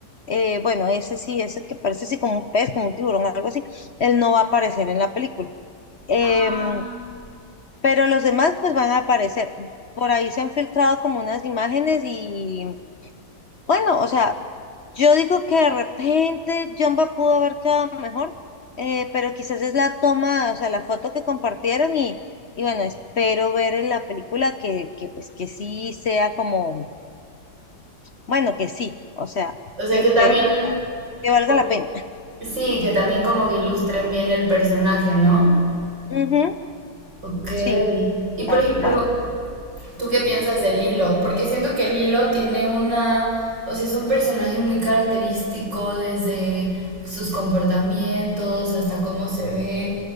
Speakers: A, on the left; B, on the right.
A: eh, bueno, ese sí, ese que parece así como un pez, como un tiburón, algo así, él no va a aparecer en la película. Em,
B: Ah.
A: pero los demás pues van a aparecer. Por ahí se han filtrado como unas imágenes y bueno, o sea, yo digo que de repente Jumba pudo haber quedado mejor, eh, pero quizás es la toma, o sea, la foto que compartieron y, y bueno, espero ver en la película que, que pues que sí sea como, bueno, que sí, o sea,
B: O sea
A: que,
B: que también...
A: que, que valga
B: o-
A: la pena.
B: Sí, que también como que ilustren bien el personaje, ¿no?
A: Ujú,
B: Ok.
A: sí,
B: Y por
A: tal
B: ejemplo,
A: cual.
B: ¿Tú qué piensas de Lilo? Porque siento que Lilo tiene una, o sea, es un personaje muy característico desde sus comportamientos hasta cómo se ve.